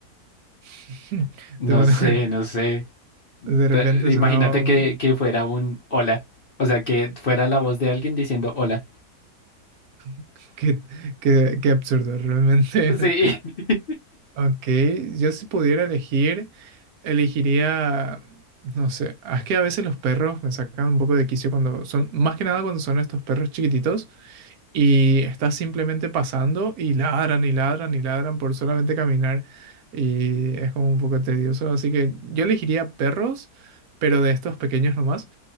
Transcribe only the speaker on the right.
<laughs>
Te pone-
<laughs>
de
repente
sonaba un...
<laughs> Qué, qué, qué absurdo, realmente.
<laughs>
Ok, yo si pudiera elegir, elegiría, no sé, ah, es que a veces los perros me sacan un poco de quicio cuando son, más que nada cuando son estos perros chiquititos y estás simplemente pasando y ladran y ladran y ladran por solamente caminar y es como un poco tedioso, así que yo elegiría perros, pero de estos pequeños nomás